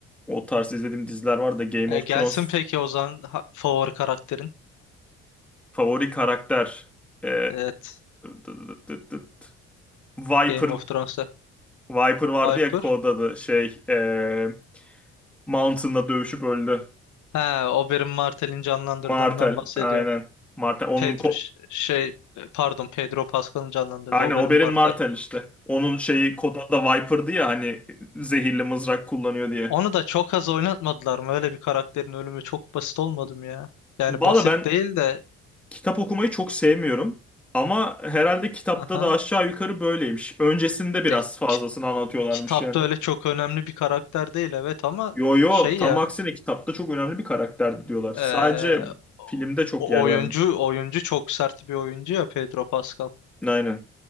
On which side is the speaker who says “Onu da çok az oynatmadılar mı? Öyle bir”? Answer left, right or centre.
Left